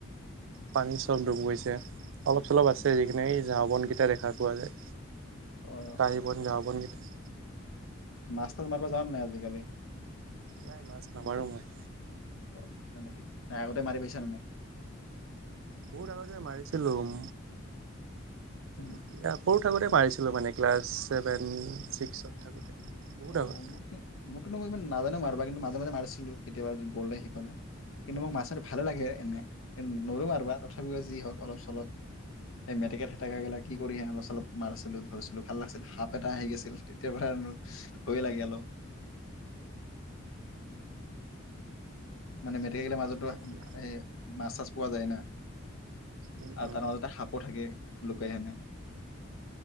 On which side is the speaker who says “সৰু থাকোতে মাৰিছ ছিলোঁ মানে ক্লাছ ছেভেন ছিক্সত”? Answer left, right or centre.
Right